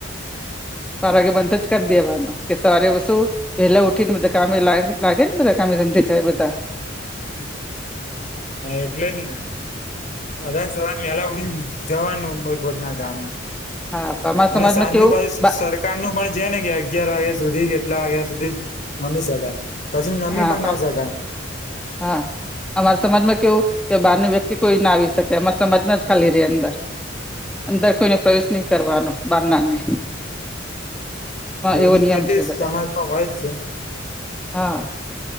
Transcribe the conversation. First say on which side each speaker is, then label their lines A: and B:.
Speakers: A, in the centre; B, on the left.
A: બાર વાગે બંધ જ કરી દેવાનો કે સવારે વછું વહેલા ઉઠીને બધા કામે લાગે ને બધા કામે ધંધી જાય બધા
B: હા એટલે જ ને અ જો પેલા ઉડીને જવાનું મભદ ના ગા
A: હા અમારા
B: અને
A: સમાજમાં
B: સાંજ
A: કેવું
B: ન પાજુ
A: બા
B: સરકાર નું પણ છે ને ક્યાં અગિયાર વાગ્યા સુધી કેટલા વાગ્યા સુધી રમી શકાય પછી નમી
A: હા
B: પણ ના શકાય
A: હા અમારા સમાજમાં કેવું કે બહારની વ્યક્તિ કોઈ ના આવી શકે એમાં સજ ના જ ખાલી રે અંદર અંદર કોઈને પ્રવેશ નહી કરવાનો બાર નારને
B: એવી
A: એવો નિયમ
B: કેટલી
A: છે
B: સમમાજમાં
A: બધે
B: હોય જ છે
A: હા